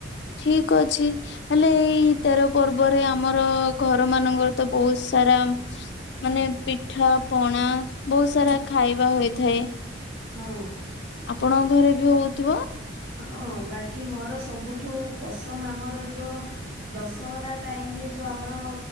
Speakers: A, on the left; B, on the right.
A: ଠିକ ଅଛି ହେଲେ ଏଇ ତେର ପର୍ବରେ ଆମର ଘର ମାନଙ୍କରେ ତ ବହୁତ ସ ସାରା ମାନେ ପିଠା ପଣା ବହୁତ ସାରା ଖାଇବା ହୋଇଥାଏ।
B: ହଁ।
A: ଆପଣଙ୍କ ଘରେ ବି ହଉଥିବ।
B: ହଁ ବାକି ମୋର ସବୁଠୁ ପସନ୍ଦ ଆମର ଯୋଉ ଦଶହରା ଟାଇମ ରେ। ସେ ଯୋଉ ଆମର